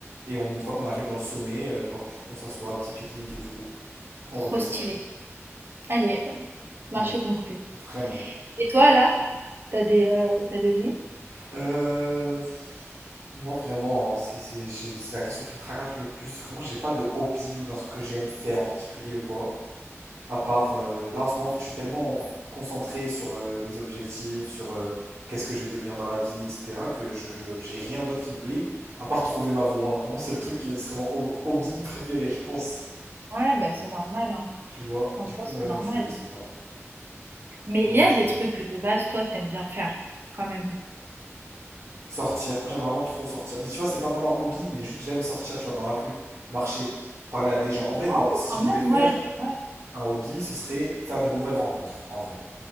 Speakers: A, on the right; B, on the right.
A: Et on- une fois qu'on arrive dans le sommet, euh, hop, on s'assoit, petit pique-nique et tout. Après,
B: trop
A: on redescend.
B: stylé. Allez, hop, marché
A: Allez,
B: conclu.
A: vraiment.
B: Et toi alors? t'as des, heu, tu des hobbies?
A: Euh, pff, Moi, vraiment, hein, c'est c'est- j'ai- c'est la question qui me tracasse le plus. Vraiment, j'ai pas de hobby ou d'un truc que j'aime faire en particulier ou quoi. À part, euh, là en ce moment, en fait, je suis tellement concentré sur euh, mes objectifs, sur euh, qu'est-ce que je vais devenir dans la vie, etc., que je, je- j'ai rien d'autre qui me plaît, à part trouver ma voie. Vraiment, c'est le truc qui serait mon hob- hobby préféré, je pense.
B: Ouais, bah, c'est normal, hein.
A: Tu vois?
B: En
A: Et du
B: soi,
A: coup,
B: c'est
A: ouais, non,
B: normal.
A: je sais pas.
B: Mais
A: Ouais,
B: il y a
A: je...
B: des trucs que de base, toi, t'aimes bien faire, quand même?
A: Sortir. Moi, j'aime vraiment trop sortir. Mais tu vois, c'est pas vraiment un hobby, mais juste j'aime sortir, tu vois, dans la rue, marcher, parler à des gens. En vrai, non,
B: Oh,
A: si
B: quand
A: je
B: même,
A: devais faire
B: ouais, t ouais.
A: un hobby, ce serait faire de nouvelles rencontres, en vrai.